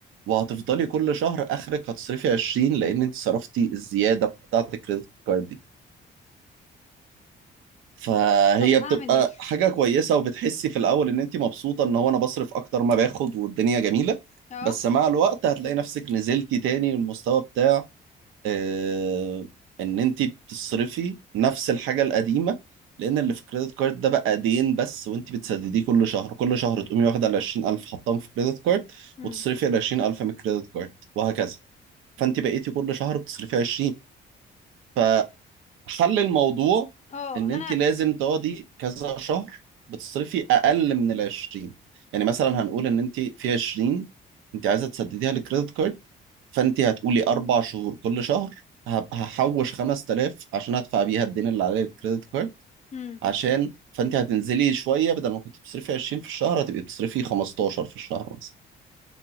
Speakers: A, on the right; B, on the left.
A: وهتفضلي كل شهر اخرك هتصرفي 20 لان انت صرفتي الزياده بتاعه الكريدت كارد دي فهي
B: طب اعمل
A: بتبقى
B: ايه
A: حاجه كويسه وبتحسي في الاول ان انت مبسوطه ان هو انا بصرف اكتر ما باخد والدنيا جميله
B: اه
A: بس مع الوقت هتلاقي نفسك نزلتي تاني للمستوى آه، ان انت بتصرفي نفس الحاجه القديمه لان اللي في كريدت كارد ده بقى دين بس وانت بتسدديه كل شهر كل شهر تقومي واخده ال 20000 حطاهم في كريدت كارد
B: مم.
A: وتصرفي ال 20000 من كريدت كارد وهكذا فانت بقيتي كل شهر بتصرفي 20 فحل الموضوع
B: اه
A: ان انت
B: انا
A: لازم تقعدي كذا شهر بتصرفي اقل من ال 20 يعني مثلا هنقول ان انت في 20 انت عايزه تسدديها لكريدت كارد فانت هتقولي اربع شهور كل شهر هب- هحوش 5000 عشان ادفع بيها الدين اللي عليه الكريدت كارد
B: مم.
A: عشان فانت هتنزلي شويه بدل ما كنت بتصرفي 20 في الشهر هتبقي بتصرفي 15 في الشهر مثلا